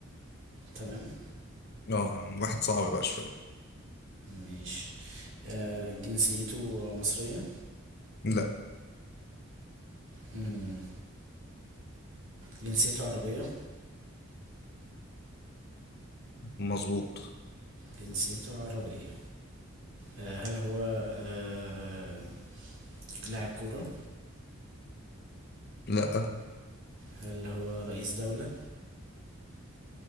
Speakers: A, on the right (about 60°); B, on the left (about 50°).
A: تمام
B: اه واحد صعب بقى شوية
A: ماشي آه جنسيته مصرية
B: لا
A: مم. جنسيته عربية
B: مظبوط
A: جنسيته عربية آه هل هو آه لاعب كورة
B: لا
A: هل هو رئيس دولة